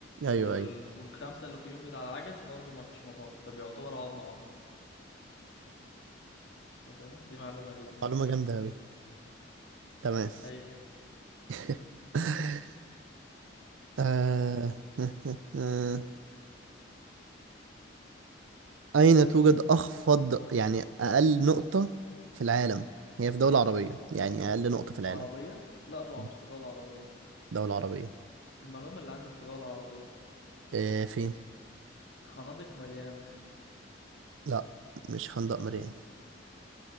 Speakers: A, on the right; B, on the left.
A: ايوه
B: وال...
A: ايوه
B: والخمسة اللي فيهم بتاع العجز برضو ما فيش مفاصل فبيعتبر عظمة واحدة أنت فاهم دي معلومة ليك يعني
A: معلومة جامدة اوي تمام
B: أي خدمة.
A: <laughs> آه... <laughs> أين توجد أخفض يعني أقل نقطة في العالم؟ هي في دولة عربية يعني أقل نقطة في العالم
B: عربية لا طبعا
A: مم.
B: مش فضاء العربية
A: دولة عربية
B: المعلومة اللي عندي مش فضاء العربية
A: آه فين؟
B: خنادق مليانة
A: لا مش خندق مريا